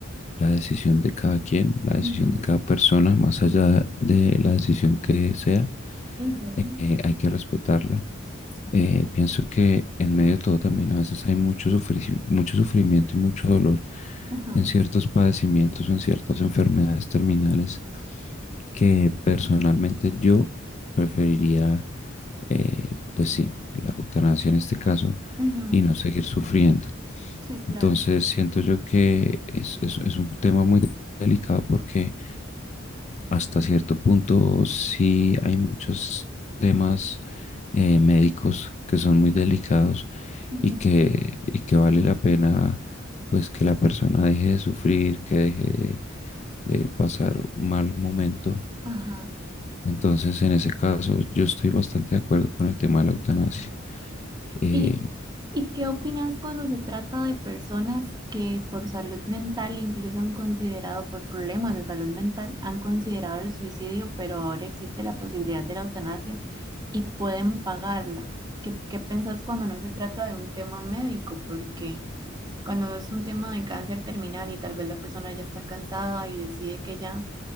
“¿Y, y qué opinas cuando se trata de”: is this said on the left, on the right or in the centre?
Right